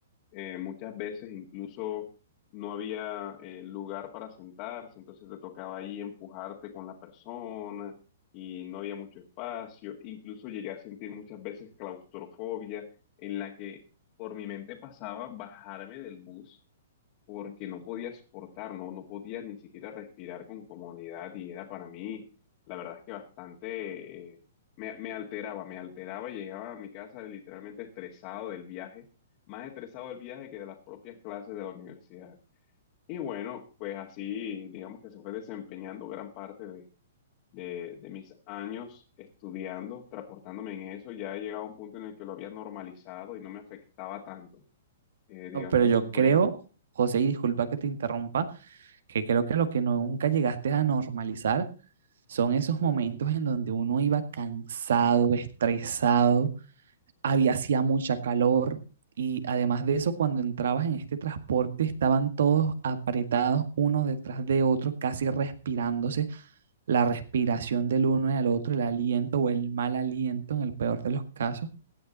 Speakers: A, on the left; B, on the right.
A: Eh, muchas veces incluso no había eh, lugar para sentarse, entonces te tocaba ahí empujarte con la persona y no había mucho espacio. Incluso llegué a sentir muchas veces claustrofobia en la que por mi mente pasaba bajarme del bus porque no podía soportar, no, no podía ni siquiera respirar con comodidad y era para mí, la verdad es que bastante, eh, me, me alteraba, me alteraba y llegaba a mi casa literalmente estresado del viaje, más estresado del viaje que de las propias clases de la universidad. Y bueno, pues así, digamos que se fue desempeñando gran parte de... De, de mis años estudiando, transportándome en eso, ya llegaba a un punto en el que lo había normalizado y no me afectaba tanto. Eh, digamos
B: No, pero
A: que
B: yo
A: eso fue
B: creo, José, y disculpa que te interrumpa, que creo que lo que no- nunca llegaste a normalizar son esos momentos en donde uno iba cansado, estresado había hacía mucha calor y además de eso, cuando entrabas en este transporte estaban todos apretados uno detrás de otro, casi respirándose la respiración del uno y al otro, el aliento o el mal aliento en el peor de los casos,